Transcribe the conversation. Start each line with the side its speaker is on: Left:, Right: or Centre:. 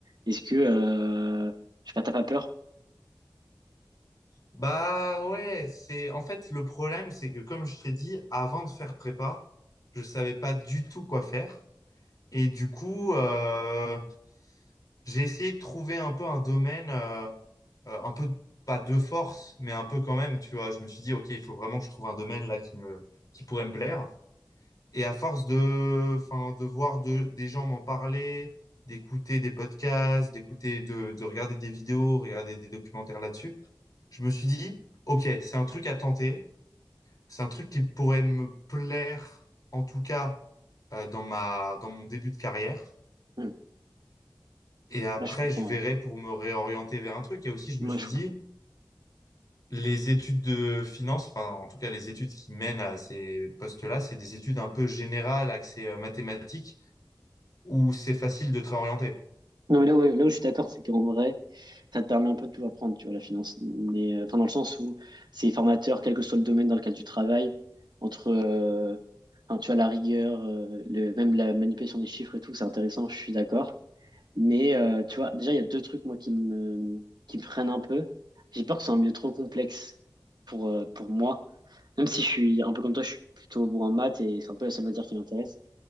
Right: Est-ce que... Euh... Je sais pas, t'as pas peur?
Left: Bah ouais, c'est en fait le problème, c'est que comme je t'ai dit, avant de faire prépa, je savais pas du tout quoi faire. Et du coup, euh, j'ai essayé de trouver un peu un domaine, euh, euh, un peu pas de force, mais un peu quand même, tu vois. Je me suis dit, ok, il faut vraiment que je trouve un domaine là qui me, qui pourrait me plaire. Et à force de, enfin, de voir de, des gens m'en parler, d'écouter des podcasts, d'écouter, de, de regarder des vidéos, regarder des documentaires là-dessus, je me suis dit, ok, c'est un truc à tenter. C'est un truc qui pourrait me plaire, en tout cas, euh, dans ma, dans mon début de carrière.
Right: Hmm,
Left: Et après,
Right: Là, je comprends,
Left: je verrai
Right: ouais.
Left: pour me réorienter vers un truc. Et aussi, je
Right: Moi,
Left: me suis
Right: je
Left: dit,
Right: comprends.
Left: les études de finance, enfin, en tout cas, les études qui mènent à ces postes-là, c'est des études un peu générales, axées euh, mathématiques, où c'est facile de te réorienter.
Right: Non, mais là, ouais, là où je suis d'accord, c'est qu'en vrai, ça te permet un peu de tout apprendre, tu vois, la finance. Mais, euh, enfin, dans le sens où c'est formateur, quel que soit le domaine dans lequel tu travailles, entre, euh, enfin, tu vois, la rigueur, euh, le, même la manipulation des chiffres et tout, c'est intéressant, je suis d'accord. Mais, euh, tu vois, déjà, il y a deux trucs, moi, qui me, qui me freinent un peu. J'ai peur que ce soit un milieu trop complexe pour, euh, pour moi. Même si je suis un peu comme toi, je suis plutôt bon en maths et c'est un peu la seule matière qui m'intéresse.